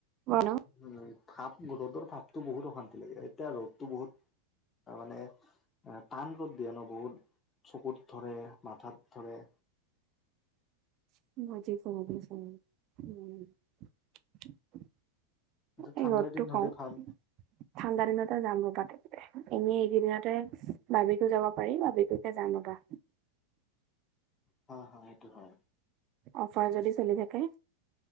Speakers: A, on the right; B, on the left.
A: ন?
B: উম ভাপ ৰ'দৰ ভাপতটো বহুত অশান্তি লাগে। এতিয়া ৰ'দটো বহুত তাৰ মানে টান ৰ'দ দিয়ে ন বহুত। চকুত ধৰে, মাথাত ধৰে,
A: <unintelligible> উম
B: কিন্তু
A: <unintelligible>
B: ঠাণ্ডাৰ দিন হলে ভাল
A: ঠাণ্ডা দিনতে যাম <unintelligible> এনেই এইকেইদিনতে বৰ্বিকিউ যাব পাৰি বৰ্বিকিতে যাম ৰ'বা।
B: হ হ এইটো হয়।
A: অফাৰ যদি চলি থাকে।